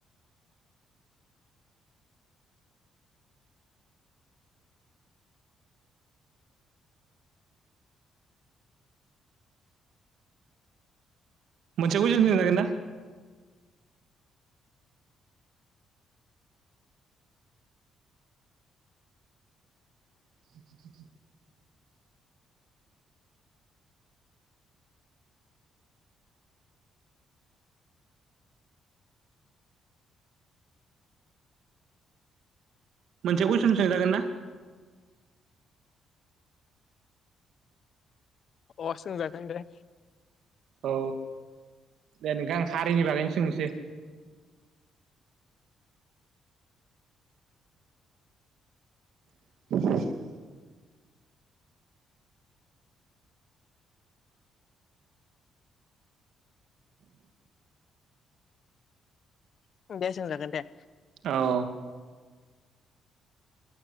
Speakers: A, on the right; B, on the left.
A: मोनसे कुइसन सोंजागोन ना <inaudible> मोनसे कुइसन सोंजागोन ना
B: अ सोंजागोन दे
A: औ दे नोंथां हारिनि बागैनो सोंसै <inaudible>
B: दे सोंजागोन दे
A: औ